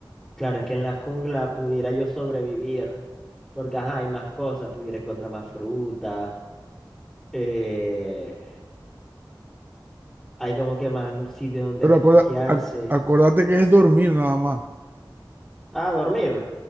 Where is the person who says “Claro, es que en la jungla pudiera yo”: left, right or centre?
Centre